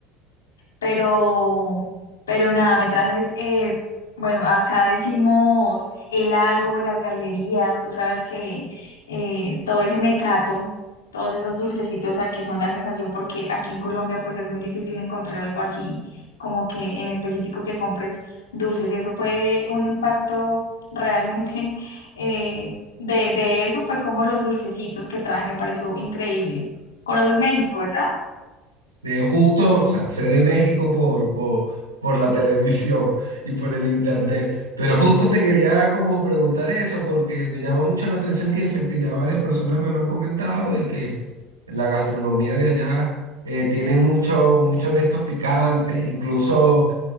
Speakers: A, on the left (about 80°); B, on the right (about 90°).
A: Pero, pero nada, me traje, eh, bueno, acá decimos el algo, las galguerías, tú sabes que eh, todo ese mecato, todos esos dulcecitos aquí son la sensación porque aquí en Colombia pues es muy difícil encontrar algo así, como que en específico que compres dulces. Eso fue un impacto realmente <laughs> eh, de, de eso, fue como los dulcecitos que traje, me pareció increíble. ¿Conoces México, verdad?
B: De justo, o sea, sé de México por, por, por la televisión y por el internet, pero justo te quería como preguntar eso porque me llama mucho la atención que efectivamente ya varias personas me lo han comentado de que la gastronomía de allá eh, tiene mucho, mucho de estos picantes, incluso